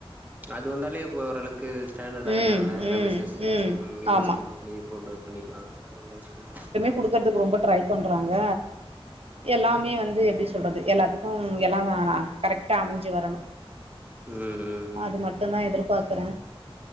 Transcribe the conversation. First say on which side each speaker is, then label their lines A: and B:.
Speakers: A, on the right (about 15°); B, on the right (about 75°).
A: அது வந்தாலே ஓரளக்கு ஸ்டாண்டர்ட் ஆய்ட்லால்ல
B: ம்
A: எல்லா
B: ம்
A: பிஸ்னஸு
B: ம்
A: ஒரு இன்வெஸ்ட்மெண்ட்
B: ஆமா
A: பண்ணி போட்டு பண்ணிக்லா நல்ல விஷ்யோ
B: குடுக்கறதுக் ரொம்ப ட்ரை பண்றாங்க எல்லாமே வந்து எப்டி சொல்றது எல்லாத்துக்கு எல்லாமே ஆனா கரெக்ட்டா அமஞ்சு வரணு
A: ம் ம்
B: அது
A: ம்
B: மட்டுந்தா எதிர்பாக்குற